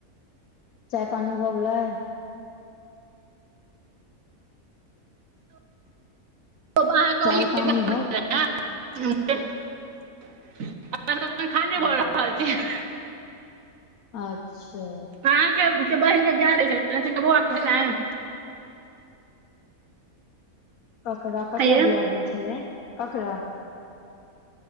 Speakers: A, on the left (about 75°); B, on the right (about 65°).
A: चाय पानी भऽ गेलै।
B: अहाँके
A: चाय पानी
B: <unintelligible>
A: भऽ गेलै
B: जलपाने भ रहल छै
A: ओ
B: <unintelligible>
A: अच्छा।
B: अहाँके जे बहिन के बियाह भेल छलैन है तिनका बौआ भेलैन?
A: ककरा ककरा
B: हे यै
A: बिआह भेल छलै ककरा?